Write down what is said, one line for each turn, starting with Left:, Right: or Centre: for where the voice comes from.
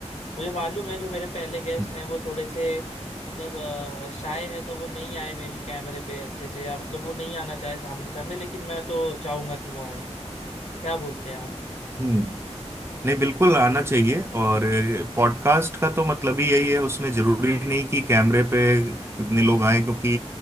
Left: मुझे मालूम है जो मेरे पहले गेस्ट
Right: हम्म
Left: हैं वो थोड़े से मतलब अ, शाय है तो वो नहीं आए मे बी कैमरे पे अच्छे से या मतलब वो नहीं आना चाहे सामने सामने लेकिन मैं तो चाहूंगा कि वो आए क्या बोलते हैं आप
Right: हम्म। नहीं बिल्कुल आना चाहिए और पॉडकास्ट का तो मतलब ही यही है उसमें जरूरी नहीं कि कैमरे पे कितने लोग आए क्योंकि